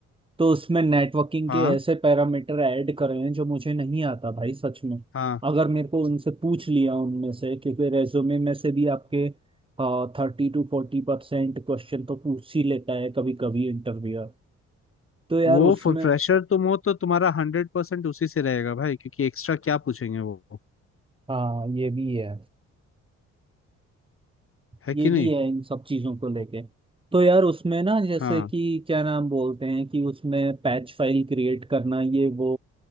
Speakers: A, on the right (about 15°); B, on the left (about 45°).
A: तो उसमें नेटवर्किंग
B: हाँ
A: के ऐसे पैरामीटर ऐड कर रहे हैं जो मुझे नहीं आता भाई सच में
B: हाँ
A: अगर मेरे को उनसे पूछ लिया उनमें से क्योंकि रेज्यूमे में से भी आपके thirty to forty percent question तो पूछ ही लेता है कभी कभी इंटरव्यूअर तो यार
B: वो
A: उसमें
B: फ्रेशर तुम हो तो तुम्हारा हंड्रेड परसेंट उसी से रहेगा भाई क्योंकि एक्स्ट्रा क्या पूछेंगे वो
A: हाँ ये भी है
B: है
A: ये
B: कि
A: भी
B: नहीं
A: है इन सब चीजों को लेके तो यार उसमें ना जैसे
B: हाँ
A: कि क्या नाम बोलते हैं कि उसमें पैच फाइल क्रिएट करना ये वो